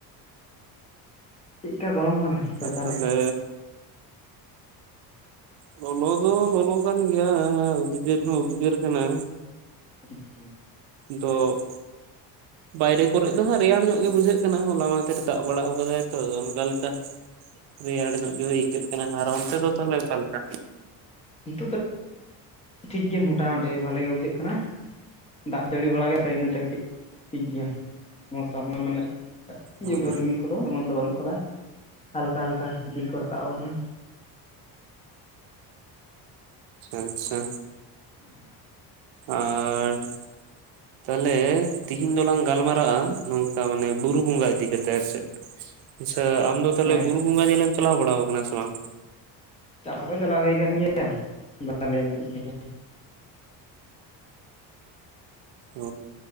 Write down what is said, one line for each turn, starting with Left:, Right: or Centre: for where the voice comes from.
Left: ᱪᱮᱫᱠᱟ ᱜᱚᱨᱚᱢ ᱠᱟᱱᱟ ᱛᱚ
Right: ᱟᱨ
Left: ᱛᱟᱦᱞᱮ
Right: ᱛᱟᱦᱚᱞᱮ ᱞᱚᱞᱚ ᱫᱚ ᱞᱚᱞᱚ ᱠᱟᱱ ᱜᱮᱭᱟ ᱩᱫᱽᱜᱟᱹᱨ ᱦᱚᱸ ᱩᱫᱽᱜᱟᱹᱨ ᱠᱟᱱᱟ
Left: ᱦᱩᱜᱼᱦᱩᱸ
Right: ᱫᱚ
Left: <inaudible>
Right: ᱵᱟᱭ ᱨᱮ ᱠᱚᱨᱮ ᱫᱚ ᱦᱟᱸᱜ ᱨᱮᱭᱟᱲ ᱧᱚᱜ ᱜᱮ ᱵᱩᱡᱷᱟᱹᱜ ᱠᱟᱱᱟ ᱦᱚᱞᱦᱟ ᱢᱟᱫᱷᱮᱨ ᱫᱟᱜ ᱵᱟᱲᱟ ᱟᱠᱟᱫᱟᱭ ᱛᱚ ᱟᱫ ᱚᱱᱠᱟ ᱞᱮᱠᱟ ᱨᱮᱭᱟᱲ ᱧᱚᱜ ᱜᱮ ᱟᱹᱭᱠᱟᱹᱜ ᱠᱟᱱᱟ ᱟᱨ ᱚᱱᱛᱮ ᱫᱚ ᱛᱟᱦᱚᱞᱮ ᱚᱠᱟ ᱞᱮᱠᱟ?
Left: ᱱᱤᱛᱚᱜ ᱫᱚ ᱴᱷᱤᱠ ᱜᱮᱭ ᱢᱚᱴᱟ ᱢᱩᱴᱤ ᱵᱷᱟᱞᱮ ᱜᱮ ᱵᱩᱡᱷᱟᱹᱜ ᱠᱟᱱᱟ᱾ ᱫᱟᱜ ᱡᱟᱹᱲᱤ ᱵᱟᱲᱟ ᱠᱟᱛᱮ ᱤᱱᱟᱹᱛᱮ ᱠᱟᱹᱴᱤᱡ ᱴᱷᱤᱠ ᱜᱮᱭᱟ ᱢᱚᱥᱟᱢ ᱫᱚ ᱢᱟᱱᱮ
Right: ᱟᱪᱪᱷᱟ
Left: ᱤᱭᱟᱹ ᱫᱚ ᱨᱤᱢᱤᱞ ᱠᱚᱫᱚ ᱮᱢᱚᱱ ᱫᱚ ᱵᱟᱹᱱᱩᱜ ᱠᱟᱫᱟ ᱦᱟᱞᱠᱟ ᱦᱟᱞᱠᱟ ᱤᱯᱤᱞ ᱠᱚ ᱨᱟᱠᱟᱵ ᱟᱠᱟᱱᱟ
Right: ᱟᱪᱷᱟ
Left: <inaudible>
Right: ᱟᱨ ᱛᱟᱦᱚᱞᱮ ᱛᱤᱦᱤᱸᱧ ᱫᱚᱞᱟᱝ ᱜᱟᱞ ᱢᱟᱨᱟᱜᱼᱟ ᱱᱚᱝᱠᱟ ᱢᱟᱱᱮ ᱵᱩᱨᱩ ᱵᱚᱸᱜᱟ ᱤᱫᱤ ᱠᱟᱛᱮᱜ ᱟᱨ ᱥᱮ
Left: <inaudible>
Right: ᱟᱪᱪᱷᱟ ᱟᱢᱫᱚ ᱛᱟᱦᱚᱞᱮ
Left: ᱦᱮᱸ
Right: ᱵᱩᱨᱩ ᱵᱚᱸᱜᱟ ᱧᱮᱞᱮᱢ ᱪᱟᱞᱟᱣ ᱵᱟᱲᱟ ᱟᱠᱟᱱᱟ ᱥᱮ ᱵᱟᱝ
Left: ᱪᱟᱞᱟᱣ ᱫᱚ ᱪᱟᱞᱟᱣ ᱦᱩᱭ ᱟᱠᱟᱱ ᱜᱮᱭᱟ <unintelligible> ᱵᱟᱦᱞᱮ ᱧᱚᱜ
Right: ᱚ